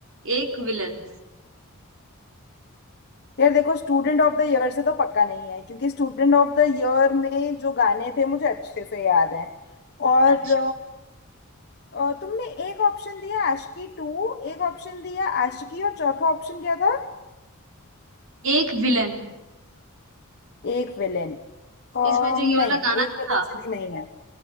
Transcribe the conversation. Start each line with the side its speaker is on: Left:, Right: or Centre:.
Right: एक विलन
Left: यार देखो स्टूडेंट ऑफ द ईयर से तो पक्का नहीं है क्योंकि स्टूडेंट ऑफ द ईयर में जो गाने थे मुझे अच्छे से याद हैं और
Right: अच्छा
Left: अ, तुमने एक ऑप्शन दिया आशिकी टू एक ऑप्शन दिया आशिकी और चौथा ऑप्शन क्या था
Right: एक विलन
Left: एक विलेन अम,
Right: इसमें जो ये वाला
Left: नहीं
Right: गाना
Left: एक
Right: नहीं
Left: विलेन
Right: था
Left: से भी नहीं है